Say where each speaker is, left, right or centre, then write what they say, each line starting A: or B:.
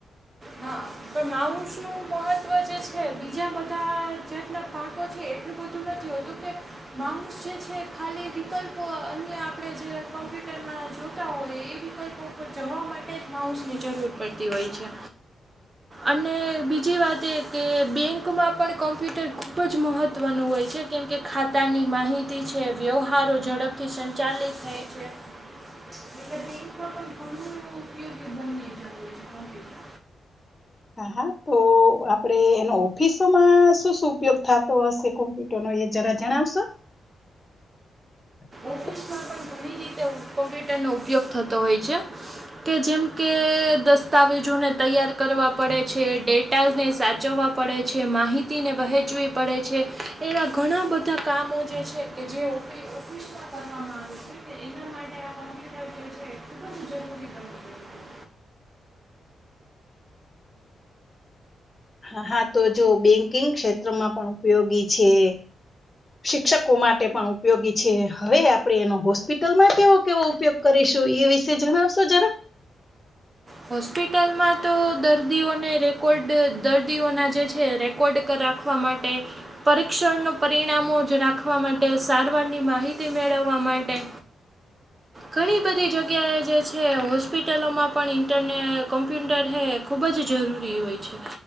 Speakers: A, on the right; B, on the left.
A: હા પણ માઉસ નું મહત્વ જે છે બીજા બધા જેતના પાકો છે. એટલું બધું નથી હોતું કે માઉસ જે છે ખાલી વિકલ્પઓ અન્ય આપણે જે કોમ્પ્યુટરમાં જોતા હોઈ એ વિકલ્પ જવા માટે માઉસની જરૂર પડતી હોય છે અને બીજી વાત એ કે બેંકમાં પણ કોમ્પ્યુટર ખૂબ જ મહત્ત્વનું હોય છે. કેમ કે ખાતાની માહિતી છે વ્યવહારો ઝડપથી સંચાલિત થાય છે એટલે બે પણ ઘ ઉપયોગી બંને જરૂરી છે કોમ્પ્યુટર
B: હા હા તો આપણે એનો ઓફિસોમાં શું શું ઉપયોગ થાતો હશે કોમ્પ્યુટર નો એ જરા જણાવશો <inaudible>
A: ઓફિસમાં <unintelligible> રીતે કોમ્પ્યુટરનો ઉપયોગ થતો હોય છે. કે જેમ કે દસ્તાવેજોને તૈયાર કરવા પડે છે ડેટાજ ને સાચવવા પડે છે માહિતીને વહેંચવી પડે છે એવા ઘણા બધા કામો જે છે કે જે ઓફ આવે એના માટે આ કોમ્પ્યુટર જે છે ખૂબ જ જરૂરી ગયું છે
B: હ હા તો જો બેંકિંગ ક્ષેત્રમાં પણ ઉપયોગી છે. શિક્ષકો માટે પણ ઉપયોગી છે હવે આપડે એનો હોસ્પિટલ માટે કેવો ઉપયોગ કરીશું એ વિશે જણાવશો જરા
A: હોસ્પિટલમાં તો દર્દીઓને રેકોર્ડ દર્દીઓના જે છે રે કોડક રાખવા માટે પરીક્ષણનું પરિણામો જ રાખવા માટે સારવારની માહિતી મેળવવા માટે ઘણી બધી જગ્યાએ જે છે હોસ્પિટલોમાં પણ ઇન્ટરનેટ કોમ્પ્યુટર હે ખૂબ જ જરૂરી હોય છે.